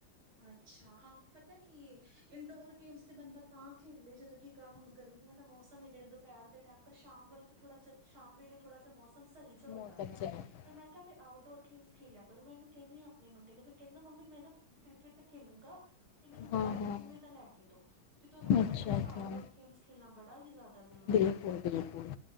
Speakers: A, on the right; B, on the left.
A: ਅੱਛਾ ਹਾਂ-ਹਾਂ ਪਤਾ ਕੀ ਏ ਇੰਡੋਰ ਗੇਮਸ 'ਤੇ ਬੰਦਾ ਤਾਂ ਖੇਲੇ ਜਦੋਂ ਕਿ ਕਾ ਹੁਣ ਗਰਮੀਆਂ ਦਾ ਮੌਸਮ ਏ ਜੇੜੇ ਦੁਪੈਰ ਦੇ ਟੈਮ ਪਰ ਸ਼ਾਮ ਵੱਲ 'ਤੇ ਥੋੜਾ ਚ ਸ਼ਾਮ ਵੇਲੇ ਥੋੜਾ ਜਾ ਮੌਸਮ ਸਈ ਛ
B: ਮੋਟਰਸਾਈਕਲ
A: ਹੋ ਜਾਂਦੈਂ 'ਤੇ ਮੈਂ ਕੇਆ ਫੇਰ ਆਊਟਡੋਰ ਗੇਮਸ ਖੇਲਿਆ ਕਰ ਮੈਂ ਐਨੂੰ ਕੈਂਨੀ ਆ ਆਪਣੇ ਮੁੰਡੇ ਨੂੰ ਫਿਰ ਕੈਂਦਾ ਮੰਮੀ ਮੈਂ ਨਾ ਕ੍ਰਿਕਟ ਖੇਲੂਗਾ 'ਤੇ ਮੈਨੂੰ ਬੈਟ
B: ਹਾਂ ਹਾਂ
A: ਉਵੇਂ ਦਾ ਲੈ ਕੇ ਦੋ ਕਿਉਂਕਿ ਤੁਹਾਨੂੰ ਪਤਾ
B: ਅੱਛਾ
A: ਮੈਂ ਕੇਆ
B: ਅੱਛਾ
A: ਆਊਟਡੋਰ ਖੇਮਸ ਖੇਲਣਾ ਬੜਾ ਹੀ ਜਿਆਦਾ ਜ਼ਰੂਰੀ
B: ਬਿਲਕੁਲ
A: ਏ,
B: ਬਿਲਕੁਲ